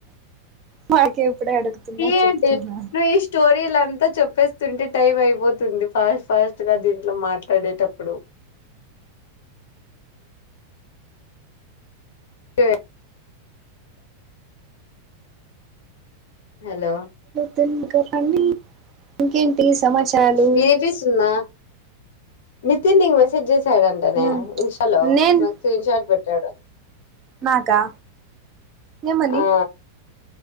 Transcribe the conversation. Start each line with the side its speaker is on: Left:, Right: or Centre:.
Right: మాకే ఇప్పుడే అడుగుతున్నారు
Left: ఏంటి
Right: చెప్తున్నా
Left: నీవి స్టో రిలంత చెప్పేస్తుంటే టైం అయిపోతుంది ఫాస్ట్ ఫాస్ట్ గా దీంట్లో మాట్లాడేటప్పుడు. టే హలో
Right: తెన్ కా పని ఇంకేంటి సమాచారాలు
Left: వినిపిస్తుందా నితిన్ నీకు మెసేజ్ చేశాడంటనే
Right: మ్మ్
Left: ఇంస్టా లో
Right: నేన్
Left: నాకు స్క్రీన్ షాట్ పెట్టాడు.
Right: నాకా ఎమని!
Left: ఆ